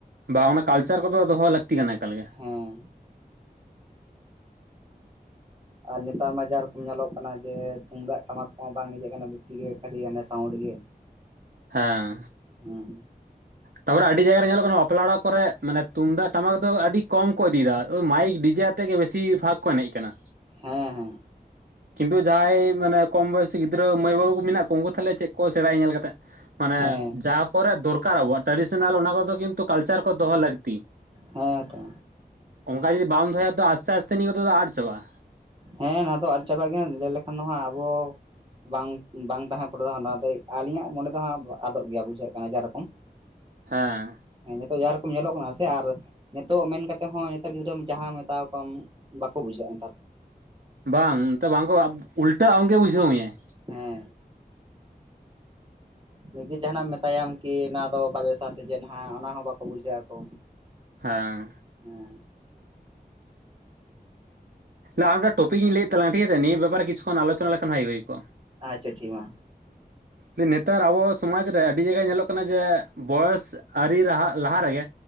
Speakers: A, on the right; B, on the right.
A: ᱵᱟ ᱚᱱᱟ ᱠᱟᱞᱪᱟᱨ ᱠᱚᱫᱚ ᱫᱚᱦᱚ ᱞᱟᱹᱠᱛᱤ ᱠᱟᱱᱟ ᱮᱠᱟ ᱜᱮ᱾
B: ᱦᱮᱸ ᱟᱨ ᱱᱮᱛᱟᱨ ᱢᱟ ᱡᱟ ᱨᱚᱠᱚᱢ ᱧᱮᱞᱚᱜ ᱠᱟᱱᱟ ᱡᱮ ᱛᱩᱢᱫᱟᱜ ᱴᱟᱢᱟᱠ ᱠᱚᱦᱚᱸ ᱵᱟᱝ ᱤᱭᱟᱹᱜ ᱠᱟᱱᱟ ᱵᱮᱥᱤᱜᱮ ᱠᱷᱟᱹᱞᱤ ᱥᱟᱩᱱᱰ ᱜᱮ
A: ᱦᱮᱸ
B: ᱦᱮᱸ
A: ᱛᱟᱯᱚᱨᱮ ᱟᱹᱰᱤ ᱡᱟᱭᱜᱟ ᱨᱮ ᱧᱮᱞᱚᱜ ᱠᱟᱱᱟ ᱵᱟᱯᱞᱟ ᱚᱲᱟᱜ ᱠᱚᱨᱮ ᱢᱟᱱᱮ ᱛᱩᱢᱫᱟᱜ ᱴᱟᱢᱟᱠ ᱫᱚ ᱟᱹᱰᱤ ᱠᱚᱢ ᱠᱚ ᱤᱫᱤᱭ ᱫᱟ ᱢᱟᱭᱤᱠ ᱰᱤᱡᱮ ᱟᱛᱮᱮᱫ ᱜᱮ ᱵᱮᱥᱤᱨ ᱵᱷᱟᱜᱽ ᱠᱚ ᱮᱱᱮᱡ ᱠᱟᱱᱟ
B: ᱦᱮᱸ ᱦᱮᱸ
A: ᱠᱤᱱᱛᱩ ᱡᱟᱦᱟᱸᱭ ᱢᱟᱱᱮ ᱠᱚᱢ ᱵᱚᱭᱚᱥᱤ ᱜᱤᱫᱽᱨᱟᱹ ᱢᱟᱹᱭ ᱵᱟᱹᱵᱩ ᱠᱚ ᱢᱮᱱᱟᱜ ᱠᱚᱣᱟ ᱩᱱᱠᱩ ᱛᱟᱦᱚᱞᱮ ᱪᱮᱫ ᱠᱚ ᱥᱮᱬᱟᱭᱟ ᱧᱮᱞ ᱠᱟᱛᱮ᱾ ᱢᱟᱱᱮ
B: ᱦᱮᱸ
A: ᱡᱟᱦᱟᱸ ᱠᱚᱨᱮ ᱫᱚᱨᱠᱟᱨ ᱟᱵᱚᱣᱟᱜ ᱴᱨᱟᱰᱤᱥᱚᱱᱟᱞ ᱚᱱᱟ ᱠᱚᱫᱚ ᱠᱤᱱᱛᱩ ᱠᱟᱞᱪᱟᱨ ᱠᱚ ᱫᱚᱦᱚ ᱞᱟᱹᱠᱛᱤ
B: ᱦᱮᱸ ᱛᱚ
A: ᱚᱱᱠᱟ ᱡᱩᱫᱤ ᱵᱟᱢ ᱫᱚᱦᱚᱭᱟ ᱛᱚ ᱟᱥᱛᱮ ᱟᱥᱛᱮ ᱱᱤᱭᱟᱹ ᱫᱚ ᱟᱫ ᱪᱟᱵᱟᱜ-ᱟ᱾
B: ᱦᱮᱸ ᱚᱱᱟ ᱫᱚ ᱟᱫ ᱪᱟᱵᱟᱜ ᱜᱮᱭᱟ ᱞᱟᱹᱭ ᱞᱮᱠᱷᱟᱱ ᱟᱵᱚ ᱵᱟᱝ ᱵᱟᱝ ᱛᱟᱦᱮᱸ ᱯᱩᱨᱟ ᱟᱜ ᱱᱚᱣᱟ ᱫᱚ ᱟᱹᱞᱤᱧᱟᱜ ᱢᱚᱱᱮ ᱫᱚ ᱦᱟᱸᱜ ᱟᱫᱚᱜ ᱜᱮᱭᱟ ᱵᱩᱡᱷᱟᱹᱜ ᱠᱟᱱᱟ ᱡᱮᱨᱚᱠᱚᱢ
A: ᱦᱮᱸ
B: ᱱᱤᱛᱚᱜ ᱡᱟᱦᱟᱸ ᱨᱚᱠᱚᱢ ᱧᱮᱞᱚᱜ ᱠᱟᱱᱟ ᱥᱮ ᱟᱨ ᱱᱤᱛᱚᱜ ᱢᱮᱱ ᱠᱟᱛᱮ ᱦᱚᱸ ᱱᱮᱛᱟᱨ ᱜᱤᱫᱽᱨᱟᱹᱢ ᱡᱟᱦᱟᱸ ᱢᱮᱛᱟᱟᱣ ᱠᱚᱣᱟᱢ ᱵᱟᱠᱚ ᱵᱩᱡᱷᱟᱹᱣᱟ᱾ <inaudible>
A: ᱵᱟᱝ ᱱᱚᱛᱮ ᱵᱟᱝᱠᱚ ᱩᱞᱴᱟᱹ ᱟᱢᱜᱮ ᱵᱩᱡᱷᱟᱹᱣ ᱢᱮᱭᱟᱭ
B: ᱦᱮ ᱱᱤᱡᱮ ᱡᱟᱦᱟᱱᱟᱜ ᱢᱮᱛ ᱛᱟᱭᱚᱢ ᱠᱤ ᱚᱱᱟ ᱫᱚ ᱵᱟᱞᱥᱟ ᱥᱮ ᱪᱮᱫ ᱦᱟᱜ ᱚᱱᱟ ᱦᱚᱸ ᱵᱟᱠᱚ ᱵᱩᱡᱷᱟᱹᱜ ᱟᱠᱚ
A: ᱦᱮᱸ
B: ᱦᱮᱸ
A: ᱟᱨ ᱢᱤᱫᱴ ᱴᱚᱯᱤᱠ ᱤᱧ ᱞᱟᱹᱭ ᱛᱟᱝ ᱟᱜ ᱴᱷᱤᱠ ᱟᱪᱮ ᱱᱤᱭᱟᱹ ᱵᱮᱯᱟᱨ ᱨᱮ ᱠᱤᱪᱷᱩ ᱠᱷᱚᱱ ᱟᱞᱚᱪᱱᱟ ᱞᱮᱠᱷᱟᱱ ᱵᱷᱟᱜᱮ ᱦᱩᱭ ᱠᱚᱼᱟ᱾
B: ᱟᱪᱷᱟ ᱴᱷᱤᱠ ᱢᱟ
A: ᱱᱮᱛᱟᱨ ᱟᱵᱚ ᱥᱚᱢᱟᱡᱽ ᱨᱮ ᱟᱹᱰᱤ ᱡᱟᱭᱜᱟ ᱧᱮᱞᱚᱜ ᱠᱟᱱᱟ ᱡᱮ ᱵᱚᱭᱚᱥ ᱟᱹᱨᱤ ᱞᱟᱦᱟ ᱞᱟᱦᱟ ᱨᱮᱜᱮ